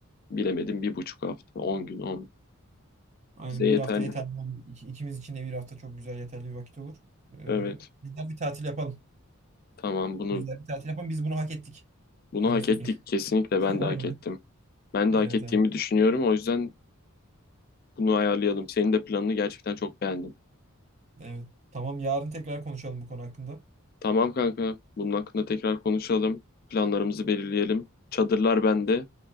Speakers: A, on the left; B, on the right.
A: bilemedim bir buçuk hafta. On gün on.
B: Aynen
A: Bize yeterli.
B: bir hafta yeterli olur. İki- İkimiz için de bir hafta çok güzel yeterli bir vakit olur. Ee,
A: Evet.
B: güzel bir tatil yapalım.
A: Tamam bunu
B: Güzel bir tatil yapalım. Biz bunu hak ettik.
A: bunu
B: Öyle
A: hak
B: söyleyeyim.
A: ettik. Kesinlikle
B: <laughs>
A: ben
B: Aynen.
A: de hak ettim. Ben
B: Evet,
A: de hak ettiğimi
B: evet.
A: düşünüyorum. O yüzden bunu ayarlayalım. Senin de planını gerçekten çok beğendim.
B: Evet. Tamam yarın tekrar konuşalım bu konu hakkında.
A: Tamam kanka. Bunun hakkında tekrar konuşalım. Planlarımızı belirleyelim. Çadırlar bende.